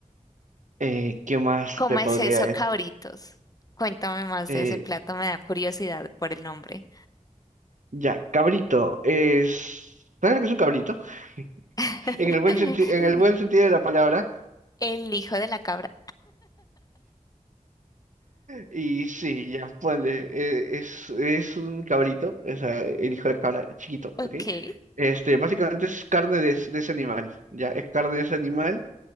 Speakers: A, on the right; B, on the left.
A: Eh, ¿qué más
B: ¿cómo
A: te
B: es
A: podría
B: eso,
A: decir?
B: cabritos? Cuéntame más
A: Eh,
B: de ese plato, me da curiosidad por el nombre.
A: ya, cabrito es... ¿Sabes lo que es un cabrito? <laughs>
B: <laughs>
A: En el buen senti- en el buen sentido de la palabra.
B: El hijo de la cabra.
A: Y sí, ya, ponle, eh, es, es un cabrito, o sea, el hijo de cabra, chiquito,
B: Ok.
A: ¿ok? Este, básicamente es carne de, es- de ese animal, ya, es carne de ese animal.